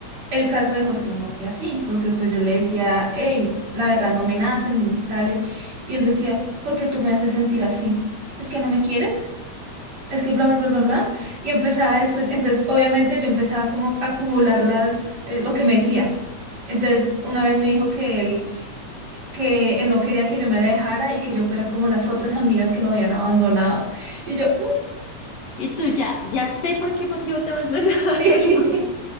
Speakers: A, on the right; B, on the left.
A: El caso de Jorge no fue así, porque pues yo le decía, hey, la verdad no me nacen tales, y él decía, ¿por qué tú me haces sentir así? ¿Es que no me quieres? Es que bla, bla, bla, bla, bla. Y empezaba después, entonces obviamente yo empezaba como a acumular las, eh, lo que me decía. Entonces, una vez me dijo que él, que él no quería que yo me la dejara y que yo fuera como las otras amigas que lo habían abandonado. Y yo,
B: Y tú ya, ya sé por qué motivo te abandonaron.
A: Sí,
B: <laughs>
A: <laughs>